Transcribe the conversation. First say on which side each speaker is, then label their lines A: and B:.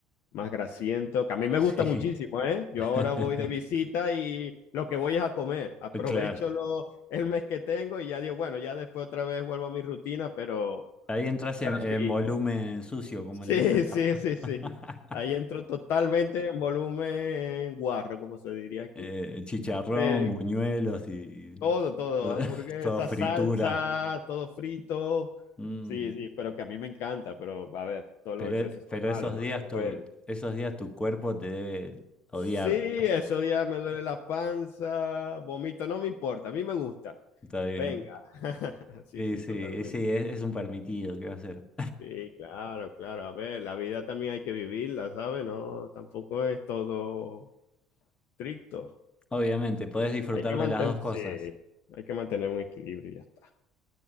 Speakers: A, on the left; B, on the left.
A: más grasiento, que a mí me
B: Sí,
A: gusta muchísimo, ¿eh? Yo
B: <laughs>
A: ahora voy de visita y lo que voy es a comer. Aprovecho
B: claro.
A: lo, el mes que tengo y ya digo, bueno, ya después otra vez vuelvo a mi rutina, pero,
B: Ahí entras en,
A: pero
B: en
A: sí,
B: volumen sucio, como
A: sí,
B: le dicen,
A: sí,
B: ¿no?
A: sí, sí.
B: <laughs>
A: Ahí entro totalmente en volumen guarro, como se diría aquí.
B: Eh, chicharrón,
A: Pero,
B: buñuelos y, y
A: Todo, todo,
B: to-
A: hamburguesa,
B: <laughs> todo, fritura.
A: salsa, todo frito.
B: Mm,
A: Sí, sí, pero que a mí me encanta, pero a ver, todos
B: pero,
A: los excesos son
B: pero
A: malos,
B: esos
A: no
B: días
A: se puede.
B: tu, esos días tu cuerpo te debe odiar.
A: Sí, esos días me duele la panza, vomito, no me importa, a mí me gusta.
B: Está bien.
A: Venga. <laughs> Sí,
B: Y
A: sí,
B: sí,
A: totalmente.
B: y sí, es, es un permitido, ¿qué va a ser?
A: Sí, claro, claro. A ver, la vida también hay que vivirla, ¿sabes? No, tampoco es todo estricto.
B: <laughs> Obviamente, podés disfrutar
A: Hay que mantener,
B: de las dos cosas.
A: sí, hay que mantener un equilibrio y ya está.